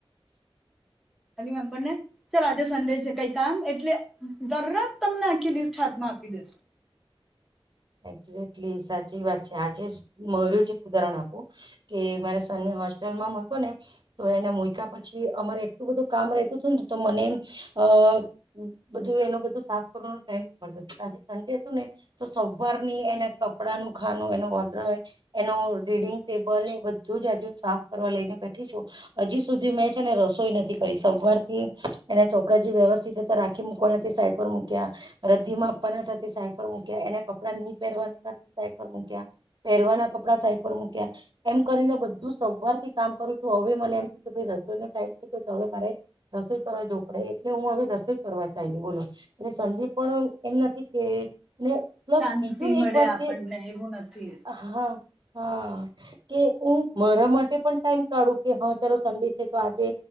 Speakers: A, on the right; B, in the centre.
A: <inaudible>
B: ફેમલી મેમ્બરને ચાલ આજે સંન્ડે છે કઈ કામ એટલે દરત તમને આખી લિસ્ટ હાથમાં આપ કી છે
A: <inaudible> એક્ઝેકલી સાચી વાત છે આજે મારું જ એક ઉદાહરણ આપું કે મારે સન્ય હોસ્ટેલમાં મકો ને તો એને મુક્યા પછી અમારે એટલું બધું કામ રેતું હતું ને તો મને અ બધું એનો બધું સાફ કરવાનો ટાઈમ પડતો આજે સન્ડે હતું ને સોવાર ની એના કપડા નું ખાનું એનો ઓર્ડર હોય એનું રીડિંગ ટેબલ એ બધું જ ફ કરવા લઈને બેઠી છું હજી સુધી મેં છેને રસોઈ નથી કરી સર થી એના ચોપડા જે વ્યવસ્થિત રીતે રાખી ી મૂકવાના સાઈડ પર મૂક્યા રદદી માં આપવાના હતા તે સાઈડ પર મૂક્યા એના કપડા નહી પહેરવાના સાઈ મૂક્યા પહેરવાના કપડા સાઈ પર મૂક્યા એમ કરીને બધું સોમવાર થી કામ કરું છું હવે મને એમ થ કે ભાઈ રસોઈ નો ટાઈમ થ ગયો હવે મારે રસોઈ કરવા જો પડે એટલે હું હ રસોઈ કરવા ચાલલી બોલો એટ સંડી પણ એમ નથી કે પ્લસ
B: શાંતિ
A: બીજું
B: મળે
A: એક વાત
B: આપણને
A: કે
B: એવું નથી
A: હા હા કે હું મારા માટે પણ ટાઈમ કાઢું કે હા ચાલો સંડે છે તો આજે